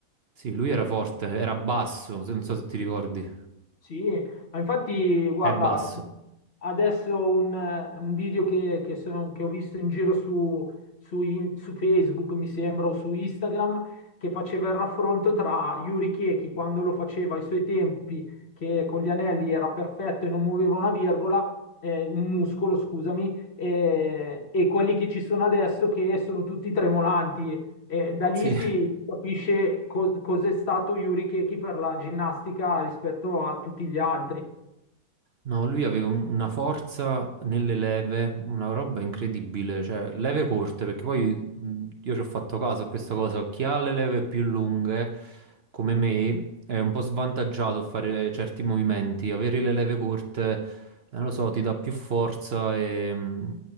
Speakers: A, on the right; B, on the left.
A: Sì, lui era forte, era basso, se non so se ti ricordi.
B: Sì, ma infatti, guarda,
A: È basso.
B: adesso un, un video che, che sono- che ho visto in giro su, su in- su Facebook, mi sembra, o su Instagram, che faceva il raffronto tra Yuri Chechi quando lo faceva ai suoi tempi, che con gli anelli era perfetto e non muoveva una virgola, eh, un muscolo, scusami, eh, e quelli che ci sono adesso che sono tutti tremolanti e da lì
A: Sì.
B: si capisce co- cos'è stato Yuri Chechi per la ginnastica rispetto a tutti gli altri.
A: No, lui aveva un- una forza nelle leve, una roba incredibile, cioè leve corte, perché poi mh, io ci ho fatto caso a questa cosa, chi ha le leve più lunghe, come me, è un po' svantaggiato a fare certi movimenti, avere le leve corte, eh, non lo so, ti dà più forza e, mh,